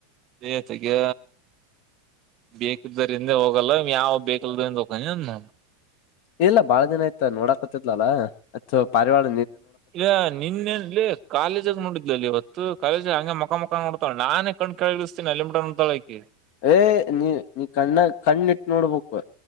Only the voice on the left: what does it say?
ಇಲ್ಲ ಬಾಳ ದಿನ ಆಯ್ತ ನೋಡಾಕತಿದಲ ಅಲ್ಲಾ ತು ಅ ಪಾರಿವಳ
ಏ ನೀ ನೀ ಕಣ್ಣ ಕಣ್ಣ ಇಟ್ಟ ನೋಡ್ಬೇಕು